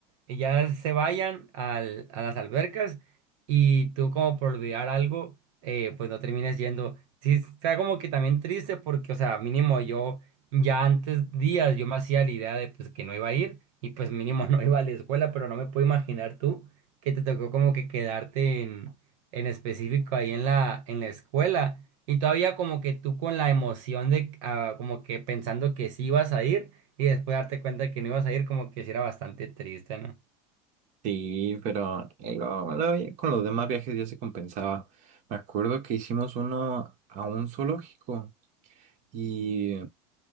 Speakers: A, on the right (about 70°); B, on the right (about 45°).
A: eh, ya se vayan al- a las albercas y tú como por olvidar algo, eh, pues no termines yendo. Sí, está como que también triste porque, o sea, mínimo yo ya antes días yo me hacía la idea de pues que no iba a ir y pues mínimo <laughs> no iba a la escuela, pero no me puedo imaginar tú que te tocó como que quedarte en, en específico ahí en la, en la escuela y todavía como que tú con la emoción de ah, como que pensando que sí ibas a ir. Y después darte cuenta que no ibas a ir, como que sí era bastante triste, ¿no?
B: Sí, pero eh, luego- luego ya con los demás viajes ya se compensaba. Me acuerdo que hicimos uno a un zoológico y,